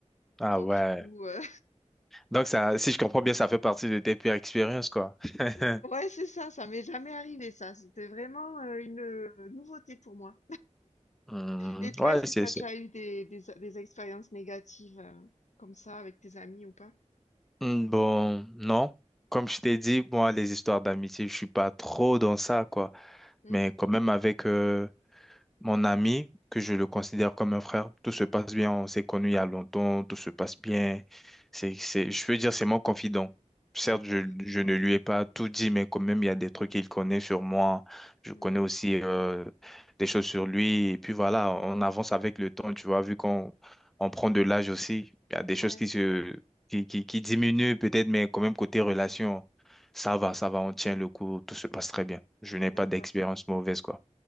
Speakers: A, in the centre; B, on the left.
A: Ah
B: Donc
A: ouais.
B: du coup, euh,
A: Donc ça, si je comprends bien, ça fait partie de tes pires expériences, quoi. <laughs>
B: <laughs> ouais, c'est ça, ça m'est jamais arrivé ça. C'était vraiment euh, une euh, nouveauté pour moi.
A: Hmm,
B: Et toi,
A: ouais,
B: est-ce que
A: c'est,
B: tu as
A: c'est-
B: déjà eu des, des, des expériences négatives euh, comme ça avec tes amis ou pas?
A: hmm, Bon, non. Comme je t'ai dit, moi, les histoires d'amitié, je suis pas trop dans ça, quoi.
B: Hmm,
A: Mais quand même, avec, euh, Mon ami, que je le considère comme un frère, tout se passe bien, on s'est connus il y a longtemps, tout se passe bien. C'est, c'est, je veux dire, c'est mon confident. Certes,
B: d'accord.
A: je, je ne lui ai pas tout dit, mais quand même, il y a des trucs qu'il connaît sur moi. Je
B: Hmm,
A: connais aussi euh, des choses sur lui. Et puis voilà, on avance avec le temps, tu vois, vu qu'on on prend de l'âge aussi. Il y a des
B: ouais,
A: choses qui se, qui, qui, qui diminuent peut-être, mais quand même, côté relation, ça va, ça va, on tient le coup, tout se passe très bien. Je n'ai
B: d'accord.
A: pas d'expérience mauvaise, quoi.